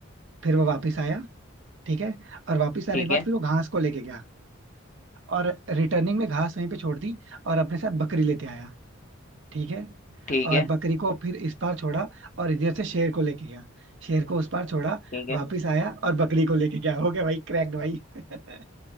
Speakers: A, on the right; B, on the left.
A: फिर वो वापस आया ठीक है और वापस
B: ठीक
A: आने के बाद
B: है
A: फिर वो घास को लेके गया और रिटर्निंग में घास वहीं पे छोड़ दी और अपने साथ बकरी लेते आया ठीक है
B: ठीक
A: और
B: है
A: बकरी को फिर इस पार छोड़ा और इधर से शेर को लेके गया शेर को उस पार छोड़ा
B: ठीक
A: वापिस
B: है
A: आया और बकरी को लेके गया हो गया भाई क्रैक्ड भाई <laughs>